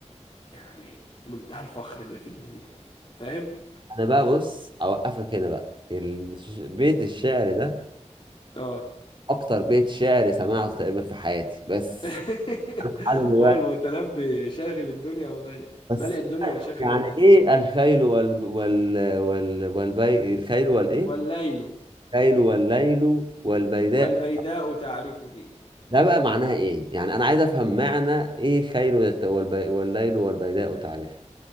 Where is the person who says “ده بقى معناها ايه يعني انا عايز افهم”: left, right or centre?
Right